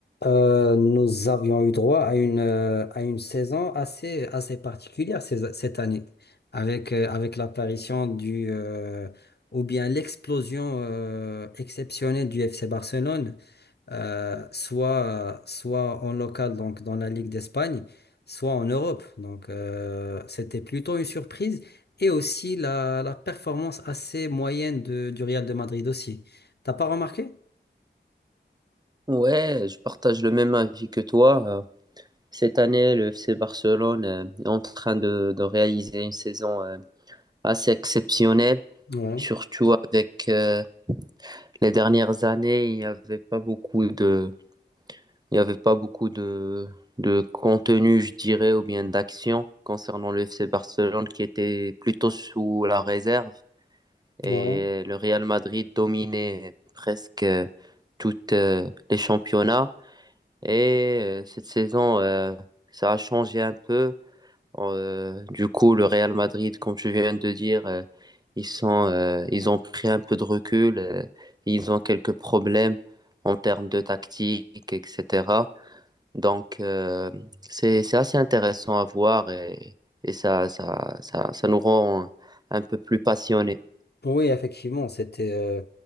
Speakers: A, on the left; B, on the right.
A: Euh, nous avions eu droit à une, euh, à une saison assez, assez particulière ces- cette année, avec, euh, avec l'apparition du, euh, ou bien l'explosion euh, exceptionnelle du FC Barcelone, euh, soit, soit en local, donc dans la Ligue d'Espagne, soit en Europe. Donc euh, c'était plutôt une surprise et aussi la, la performance assez moyenne de- du Real de Madrid aussi. T'as pas remarqué?
B: Ouais, je partage le même avis que toi. Euh, Cette année, le FC Barcelone euh, est en train de, de réaliser une saison euh, assez exceptionnelle,
A: Ouais,
B: surtout avec euh, les dernières années, il n'y avait pas beaucoup de, il y avait pas beaucoup de, de contenu, je dirais, ou bien d'action concernant le FC Barcelone qui était plutôt sous la réserve et
A: ouais.
B: le Real Madrid dominait presque euh, toutes euh, les championnats. Et euh, cette saison, euh, ça a changé un peu. Euh, du coup, le Real Madrid, comme tu viens de dire, euh, ils sont, euh, ils ont pris un peu de recul. euh, ils ont quelques problèmes en termes de tactique, etc. Donc, euh, c'est, c'est assez intéressant à voir et, et ça, ça, ça, ça nous rend un peu plus passionnés.
A: Oui, effectivement, c'était, euh,